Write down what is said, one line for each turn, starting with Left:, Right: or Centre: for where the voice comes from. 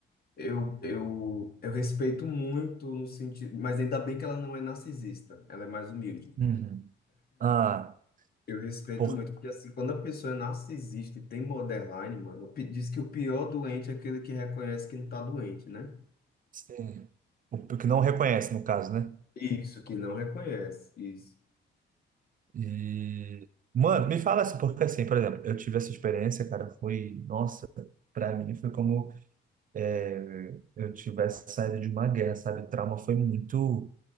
Left: eu, eu, eu respeito muito no sentido. Mas ainda bem que ela não é narcisista, ela é mais humilde.
Right: Uhum. Ah,
Left: Eu respeito
Right: por
Left: muito, porque assim, quando a pessoa é narcisista e tem borderline, mano, pi- diz que o pior doente é aquele que reconhece que não tá doente, né?
Right: sim. O que não reconhece no caso, né?
Left: Isso, que não reconhece, isso.
Right: E mano, me fala assim, porque assim, por exemplo, eu tive essa experiência, cara, foi, nossa, pra mim foi como é, eu tivesse saído de uma guerra, sabe? O trauma foi muito,